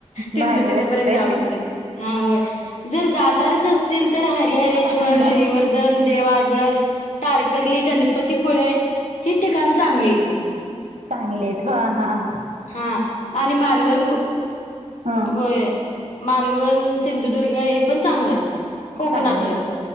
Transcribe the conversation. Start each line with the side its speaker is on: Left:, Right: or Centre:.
Left: तिथन-
Right: भारी
Left: तिथपर्यंत
Right: वाटतंय
Left: जाऊपर्यंत. हा होय. जर जाणारच असचील तर, हरिहरेश्वर,
Right: हम्म.
Left: श्रीवर्धन देवआगर, तारकर्ली, गणपतीपुळे ही ठिकाणं चांगलीयत बघ.
Right: चांगलेयत. ह, हां.
Left: हा. आणि मालवण गो.
Right: हा
Left: होय. मालवण, सिंधुदुर्ग हे पण चांगलंय. कोकणातलं.
Right: चांगलंय